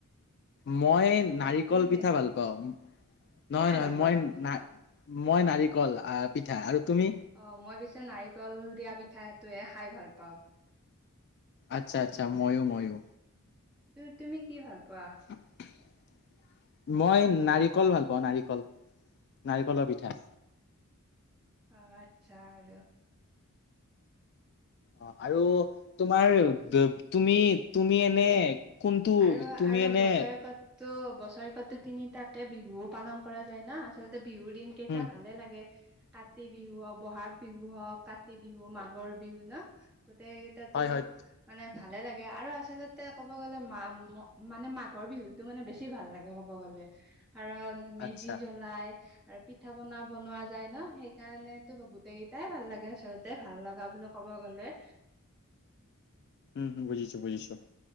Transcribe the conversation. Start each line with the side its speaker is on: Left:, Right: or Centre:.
Left: মই
Centre: অ
Left: নাৰিকল
Centre: তিল
Left: পিঠা
Centre: নেকি
Left: ভাল পাওঁ নহয়
Centre: কি খাই
Left: নহয়
Centre: ভাল পোৱা
Left: মই-
Centre: তুমি
Left: মই নাৰিকল আ পিঠা আৰু তুমি?
Centre: অ মই পিছে নাৰিকল দিয়া পিঠাটোয়ে খাই ভাল পাওঁ।
Left: আচ্ছা আচ্ছা ময়ো ময়ো।
Centre: তুম তুমি কি ভাল পোৱা?
Left: <unintelligible> মই নাৰিকল ভাল পাওঁ নাৰিকল নাৰিকলৰ পিঠা।
Centre: অঁ আচ্ছা বাৰু।
Left: অ আৰু তোমাৰ তুমি তুমি এনে- কোনটো
Centre: আৰু
Left: তুমি
Centre: আৰু
Left: এনে
Centre: বছৰেকত- ত' বছৰেকতো তিনিটাকে বিহুও পালন কৰা যায় ন আচলতে বিহুৰ দিন- কেইটা
Left: উম,
Centre: ভালে লাগে- কাতি বিহু হওক ব'হাগ বিহু হওক কাতি বিহু মাঘৰ বিহু ন গোটেই-
Left: হয়, হয়
Centre: মানে ভালে লাগে আৰু আচলতে ক'ব গ'লে- মা মানে মাঘৰ বিহুতটো মানে বেছি ভাল লাগে ক'ব গলে কাৰণ- মেজি
Left: আচ্ছা
Centre: জ্বলাই আৰু- পিঠা পনা বনোৱা যায় ন সেইকাৰণেতো গোটেই কেইটাই ভাল লাগে আচলতে ভাল লগা বো ক'ব গ'লে-
Left: উম বুজিছো বুজিছো